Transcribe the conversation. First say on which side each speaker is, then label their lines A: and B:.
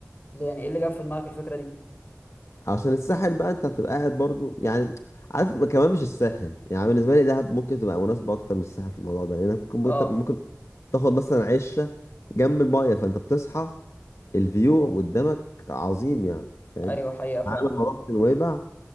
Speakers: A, on the left (about 40°); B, on the left (about 75°).
A: ليه يعني ايه اللي جاب في دماغك الفكره دي
B: عشان الساحل بقى انت هتبقى قاعد برضو يعني عارف ما- كمان مش الساحل يعني بالنسبه لي دهب ممكن تبقى مناسبه اكتر من الساحل في الموضوع ده لانك ممكن ممكن
A: اه
B: ممكن تاخد مثلا عشه جنب المايه فانت بتصحى الفيو قدامك عظيم يعني فاهم
A: ايوه حقيقه فعلا
B: في نويبع